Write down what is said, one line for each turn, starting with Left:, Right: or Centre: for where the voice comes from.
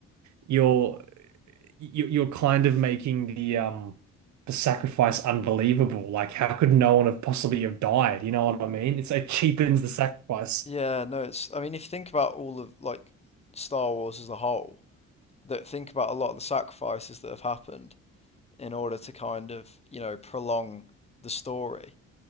Right: you're you you're kind of making the um the sacrifice unbelievable. Like how could no one have possibly have died? You know what I mean? It's it cheapens the sacrifice.
Left: Yeah, no, it's I mean if you think about all of like Star Wars as a whole, that think about a lot of the sacrifices that have happened in order to kind of, you know, prolong the story.